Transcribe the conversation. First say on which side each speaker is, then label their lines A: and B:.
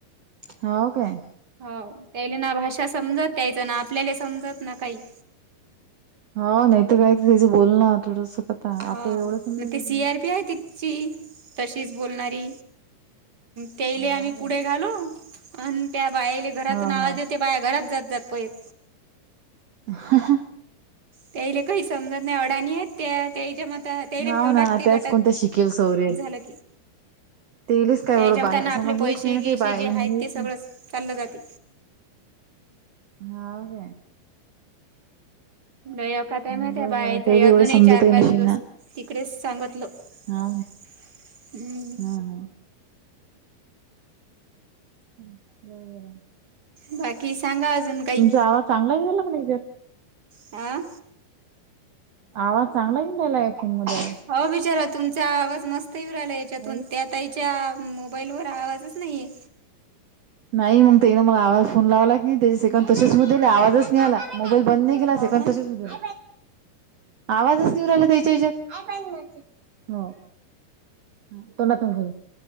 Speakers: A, on the right; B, on the right.
A: हो काय
B: <inaudible> हो त्याले ना भाषा समजत त्यायचं ना आपल्याला समजत ना काही.
A: हाव नाही तर काय तर त्याचं बोल ना थोडस कता
B: हा
A: आपल्याला एवढं समजतच
B: मग ते सियार
A: नाही
B: पी आहे तिथ ची तशीच बोलणारी त्यायले
A: हो
B: आम्ही
A: काय
B: पुढे घालु. आन त्या बायाले घरातून
A: हो
B: आवाज
A: हो
B: येते बाय घरात जात-जात पयत.
A: ह ह.
B: त्याइले काही समजत नाही अडाणी आहेत. त्या ताईच्या मत त्याहीला
A: हो
B: भेव लागते
A: ना त्याच
B: गटात
A: कोणत्या शिकेल सवरेल
B: झालं की.
A: तेलेच काय
B: त्याच्यामताना
A: एवढं बाहेर
B: आपले
A: समज
B: पैसे-गिसे
A: हेच नाही ना काही बा हेच
B: जे आहेत ते सगळं
A: नाही
B: चाललं जाते.
A: हाव काय?
B: गया काय ते
A: बरोबर
B: माहित आहे बाई इथं
A: ते बी
B: अजूनही
A: एवढं समजतही
B: चार-पाच
A: नशील
B: दिवस
A: ना.
B: तिकडेच सांगतलं. <inaudible>
A: हा
B: हम्म.
A: हा हा. <inaudible>
B: बाकी सांगा अजून काही
A: तुमचा आवाज चांगला यायला लागलाय की.
B: आ.
A: आवाज चांगला येेऊन राहिलाय फोन मध्ये. आता
B: हो बिचारा तुमचा आवाज मस्त येऊ राहिला याच्यातून
A: नाही.
B: त्यात ताई च्या मोबाईलवरर आवाजच नाही.
A: नाही मग त्यान मला फोन लावला की त्याच सक तसेच होऊ दिले आवाजच नाही आला. मोबाईल बंद नाही केला.
B: हो
A: सेकन
B: ना
A: तसेच होऊ दिले. आवाजच नाही येऊ राहिला त्यायच्या याच्यात. हो. ह तो नाातन घर <unintelligible>